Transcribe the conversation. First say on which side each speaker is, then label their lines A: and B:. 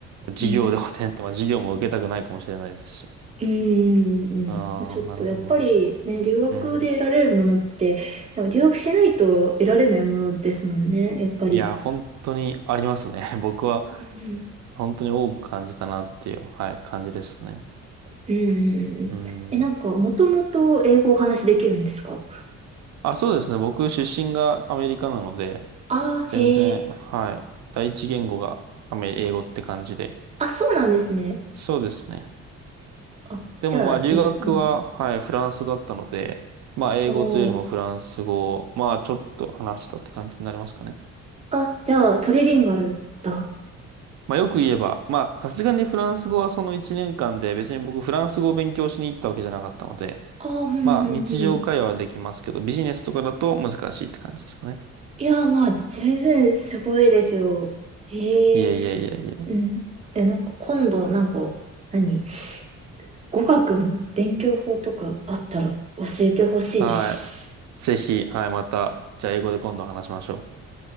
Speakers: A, on the right; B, on the right.
A: 授業で補填って、
B: うん。
A: まあ授業も受けたくないかもしれないですし。
B: うーん、うん。
A: ああ、
B: ちょっとやっぱりね、
A: なるほど、なるほど。
B: 留学で得られるものって、
A: うん。
B: でも留学しないと得られないものですもんね、やっぱり。
A: いや、本当にありますね。<laughs> 僕は
B: うん、
A: 本当に多く感じたなっていう、はい、感じでしたね。
B: うん、うんうん。
A: うん。
B: え、なんか、もともと英語をお話しできるんですか
A: あ、そうですね。僕出身がアメリカなので、
B: ああー、
A: 全然、
B: へえ。
A: はい、第一言語がアメ英語って感じで。
B: あ、そうなんですね。
A: そうですね。
B: あ、
A: でもまあ留学は、
B: じゃあ、に、うん。
A: はい、フランスだったので、まあ英語というよりもフランス語を、
B: おー。
A: まあちょっと話したって感じになりますかね。
B: あ、じゃあ、トリリンガルだ。
A: まあよく言えば、まあさすがにフランス語はその1年間で別に僕フランス語を勉強しに行ったわけじゃなかったので、
B: ああ、うん、うん、
A: まあ日常会話はできますけど、
B: うん。
A: ビジネスとかだと難しいって感じですかね。
B: いやー、まあ、十分すごいですよ。へえ、
A: いえいえいえいえ。
B: うん。え、なんか、今度、なんか、何語学の勉強法とかあったら教えてほしいです。
A: はい。ぜひ、はい、また、じゃあ英語で今度話しましょ